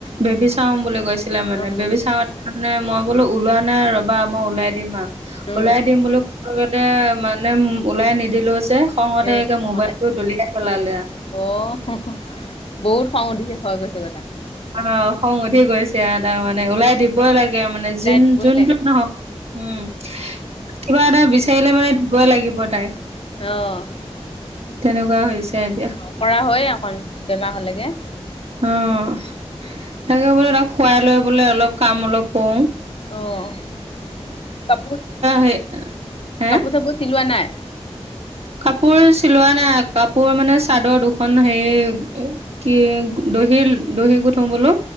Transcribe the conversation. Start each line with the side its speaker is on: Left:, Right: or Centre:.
Right: বেবী চাম বুলি গৈছিলে মানে
Left: অ',
Right: বেবী চাত নাই মই বোলো ওলোৱা নাই ৰবা মই ওলাই দিম আৰু
Left: উম,
Right: ওলাই দিম বুলি লগতে মানে ওলাই নিদিলো যে। খঙতে
Left: উম,
Right: একে
Left: হ'ব
Right: মোবাইলটো
Left: দে।
Right: দলিয়াই পেলালে আ।
Left: অ', বহুত খং উঠিছে হয় গৈছেগৈ তা
Right: অহ, খং উঠি গৈছে তাৰ মানে ওলাই দিবই লাগ গে মানে
Left: ওলাই
Right: যোন
Left: দিবই
Right: -যোনটো
Left: লাগে।
Right: নহক উম কিবা এটা বিচাৰিলে মানে দিব লাগিব তাইক।
Left: অহ, <inaudible>
Right: তেনেকুৱা হৈছে এতিয়া
Left: তেনেকোৱা অকৰা হয় অকন। বেমাৰ হ'লেগে।
Right: অ'। তাকে বোলো তাক শুৱাই লৈ বোলে অলপ কাম অলপ কৰো।
Left: অহ, কাপো
Right: হে
Left: -
Right: হে
Left: কাপোৰ - চাপোৰ চিলোৱা নাই?
Right: কাপোৰ চিলোৱা নাই কাপোৰ মানে চাদৰ দুখন হেৰি কি দহিৰ দহি গোঠো বোলো।